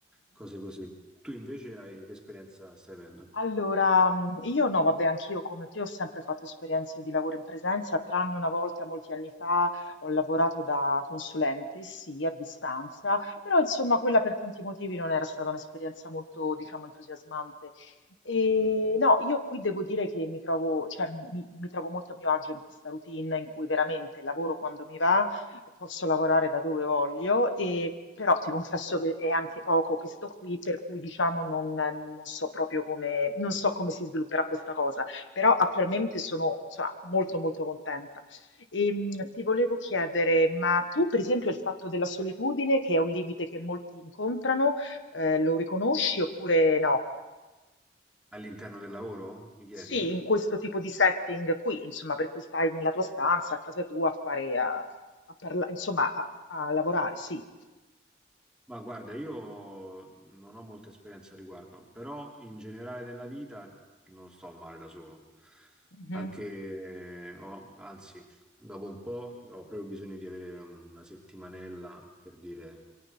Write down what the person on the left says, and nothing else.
Allora, mhmm, io no, vabbè, anch'io come te ho sempre fatto esperienze di lavoro in presenza, tranne una volta molti anni fa ho lavorato da consulente, sì, a distanza, però insomma quella per tanti motivi non era stata un'esperienza molto, diciamo, entusiasmante. Ehm, no, io qui devo dire che mi trovo cioè mi mi trovo molto a mio agio in questa routine in cui veramente lavoro quando mi va posso lavorare da dove voglio, e, però ti confesso che è anche poco che sto qui, per cui diciamo non, non so proprio come, non so come si svilupperà questa cosa, però attualmente sono, insomma, molto molto contenta. E, mh, ti volevo chiedere, ma tu per esempio il fatto della solitudine, che è un limite che molti incontrano, eh, lo riconosci oppure no?
Sì, in questo tipo di setting qui, insomma, per cui stai nella tua stanza, a casa tua, a fare, a, a parla- insomma, a a lavorare, sì.
Mhm.